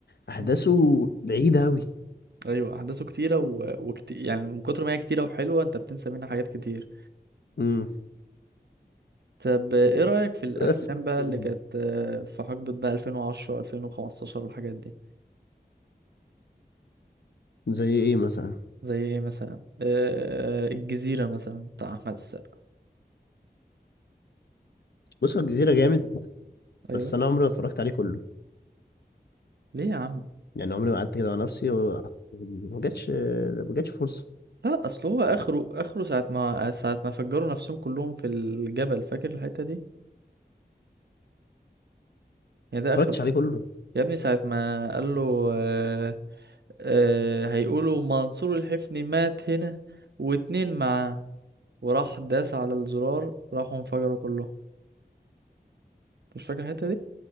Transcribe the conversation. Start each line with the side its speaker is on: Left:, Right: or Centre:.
Left: احداثه
Right: مم.
Left: بعيده قوي
Right: ايوه احداثه كتيرة و... وكت... يعني من كتر ما هي كتيرة وحلوة انت بتنسى منها حاجات كتير
Left: امم
Right: طب ايه رأيك في الافلام
Left: بس
Right: بقى
Left: جامد.
Right: اللي كانت آه، في حقبة بقى 2010 2015 والحاجات دي
Left: زي ايه مثلا
Right: زي ايه مثلا آه، آه، الجزيرة مثلا بتاع احمد السقا
Left: بص هو الجزيره جامد
Right: ايوه
Left: بس انا عمري ما اتفرجت عليه كله
Right: ليه يا عم
Left: يعني عمري ما قعدت كده مع نفسي وقعدت- في الجزيرة. <laughs> ما جاتش ما جاتش فرصه
Right: لا اصل هو اخره اخره ساعة ما ساعة ما فجروا نفسهم كلهم في الجبل فاكر الحتة دي يا ده اخره
Left: ما اتفرجتش عليه كله
Right: يا ابني ساعة ما قال له آه آه هيقولوا منصور الحفني مات هنا واتنين معاه وراح داس على الزرار راحوا انفجروا كلهم مش فاكر الحتة